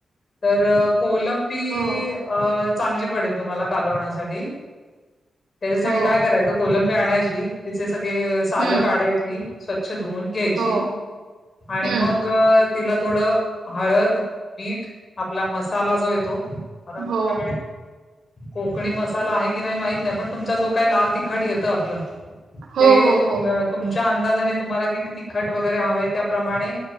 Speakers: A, on the left; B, on the right.
A: तर- कोलंबी...
B: हो
A: अ... चांगली पडेल तुम्हाला कालवणासाठी त्याच्यासाठी
B: हो
A: काय करायचं, कोलंबी आणायची, तिचे सगळे सालं
B: हम्म,
A: काढायची... स्वच्छ धुवून घ्यायची
B: हो,
A: आणि
B: हम्म,
A: मग तिला थोडं हळद, मीठ, आपला मसाला जो येतो आता तुमच्याकडे
B: हो,
A: कोकणी मसाला आहे की नाही माहित नाही, पण तुमचा जो काही लाल तिखट येतं आपलं
B: हो,
A: ते
B: हो, हो,
A: न तुमच्या अंदाजाने, तुम्हाला किती तिखट वगैरे हवे त्याप्रमाणे